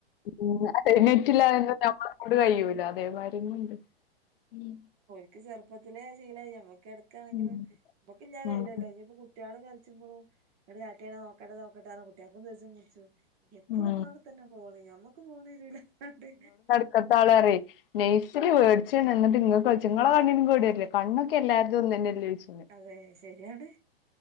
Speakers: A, on the left (about 65°); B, on the right (about 30°).
A: ഉം അതെ നെറ്റില്ലാതെ ഞമ്മളെകൊണ്ട് കഴിയൂല അതേമാരി കൊണ്ട് മ
B: ക്ക് ചെറുപ്പത്തിലേ ശീലായി ഞമ്മക്ക് എടക്കണെങ്കിലും
A: ഉം
B: നമ്മക്ക് കയ്യിയിലല്ലോ
A: ഉം
B: ഇനിയിപ്പ കുട്ടികള് കളിച്ചുമ്പോളും ഇങ്ങട് കാട്ട്യാണി നോക്കട്ടെ നോക്കട്ട കുട്ടികൾക്കും ദേഷ്യം പിടിച്ചും എപ്പോളും
A: ഉം
B: ഇങ്ങള് എടുത്‌ തന്നെ ഫോണ് ഞമ്മക്ക് ഫോണരില്ലാ പറഞ്ഞാണ്ട്
A: ക്ക്ത്താൾറിയെ നൈസല് വേടിച്ചാണ് എന്നിട്ട്ങ്ങൾ കളിച്ച നിങ്ങളെ കണ്ണിനും കേട് വരില്ല കണ്ണൊക്കെ എല്ലാരുടേം ഒന്നല്ലേ ചോയ്ച്ചും
B: അതെ ശെരിയാണ്